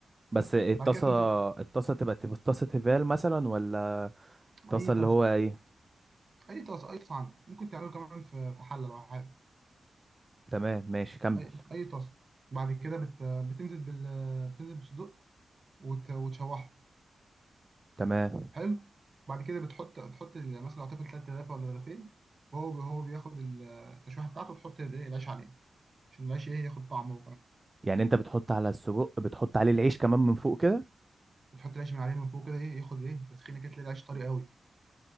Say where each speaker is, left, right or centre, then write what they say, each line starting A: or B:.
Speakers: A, on the right; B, on the right.
A: بس الطاسة
B: بعد كده تنزل
A: الطاسة تبقى تف- طاسة تيفال مثلا ولا طاسة
B: أي طاسة
A: اللي هو ايه
B: أي طاسة أي طاسة عندك ممكن تعمله كمان في في حلة لو حابب
A: تمام ماشي كمل
B: أي أي طاسة بعد كده بت... بتنزل بال بتنزل بصدق وت... وتشوحه
A: تمام
B: حلو بعد كده بتحط تحط ال- مثلا أعتقد تلات رغيف ولا رغيفين وهو هو بياخد التشويحة بتاعته وتحط العيش عليه عشان العيش إيه ياخد طعمه
A: يعني انت بتحط على السجق بتحط عليه العيش كمان من فوق كده
B: بتحط العيش من عليه من فوق كده ايه ياخد ايه تسخينه كده تلاقي العيش طري قوي